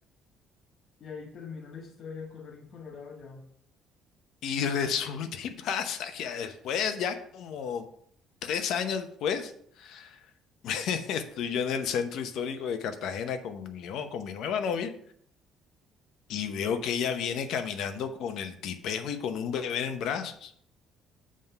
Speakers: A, on the left; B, on the left.
A: Y ahí terminó la historia, colorín colorado ya. O
B: Y <laughs> resulta y pasa que ya después, ya como tres años después, <laughs> estoy yo en el centro histórico de Cartagena con mi, no- con mi nueva novia y veo que ella viene caminando con el tipejo y con un bebé en brazos